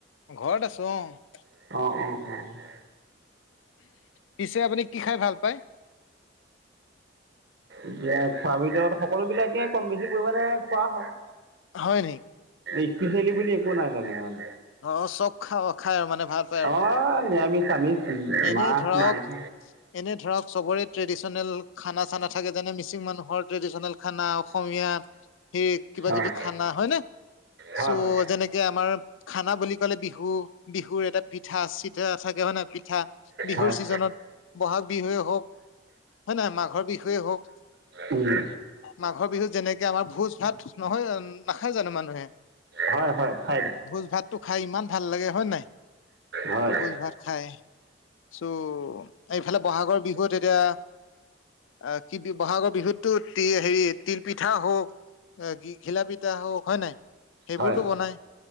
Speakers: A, on the left; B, on the right.
A: ঘৰত আছোঁ অ'
B: অ'-অ'-অ'।
A: পিছে আপুনি কি খাই ভাল পায়?
B: এতিয়া খোৱাৰ ভিতৰত সকলোবিলাকে কম বেছি পৰিমাণে খোৱা হয়।
A: হয়নি।
B: ইছপিচিয়েলি বুলি একো নাই তেনেকে মানে।
A: অ' চব খা খাই আৰু মানে ভাত।
B: অ' নিৰামিষ আমিষ।
A: এনে
B: মাছ
A: ধৰক
B: মাংস
A: এনে ধৰক চবৰে ট্ৰেডিশনেল খানা চানা থাকে, যেনে মিচিং মানুহৰ ট্ৰেডিশচনেল খানা, অসমীয়া এই কিবা
B: অঁ
A: কিবি খানা হয়নে
B: হয়
A: চো
B: হয়
A: যেনেকে আমাৰ খানা বুলি ক'লে বিহু বিহুৰ এটা পিঠা চিঠা থাকে হয়নে পিঠা বিহুৰ
B: হয়
A: ছিজনত ব'হাগ বিহুৱে হওক হয় নাই মাঘৰ বিহুৱে হওক।
B: উম।
A: মাঘৰ বিহুত যেনেকে আমাৰ ভোজ ভাত নহয় জানোঁ নাখায় জানোঁ মানুহে।
B: হয়-হয় খাই।
A: ভোজ ভাতটো খাই ইমান ভাল লাগে হয় নাই
B: হয়
A: ভোজ ভাত খাই। চ' এইফালে ব'হাগৰ বিহুত এতিয়া অ' কি ব'হাগৰ বিহুততো তি হেৰি তিল পিঠা হওক অ' কি ঘিলা পিঠা হওক হয় নাই। সেইবোৰতো
B: হয়
A: বনাই,